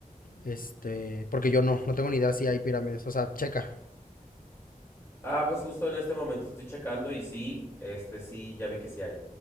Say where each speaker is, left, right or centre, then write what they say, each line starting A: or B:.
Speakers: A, on the left; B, on the left.
A: Este, porque yo no, no tengo ni idea si hay pirámides, o sea, checa.
B: Ah, pues justo en este momento estoy checando y sí, este sí, ya vi que sí hay.